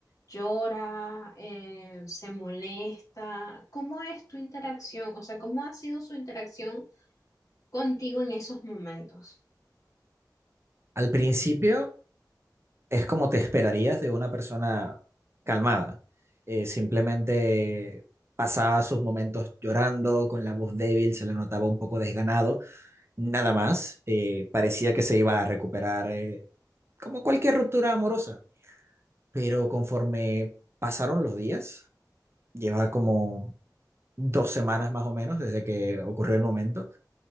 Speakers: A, on the left; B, on the right.
A: ¿Llora? Eh, ¿se molesta? ¿Cómo es tu interacción? O sea, ¿cómo ha sido su interacción contigo en esos momentos?
B: Al principio es como te esperarías de una persona calmada. Eh, simplemente pasaba sus momentos llorando, con la voz débil, se le notaba un poco desganado nada más. Eh, parecía que se iba a recuperar eh, como cualquier ruptura amorosa, pero conforme pasaron los días, lleva como dos semanas más o menos desde que ocurrió el momento,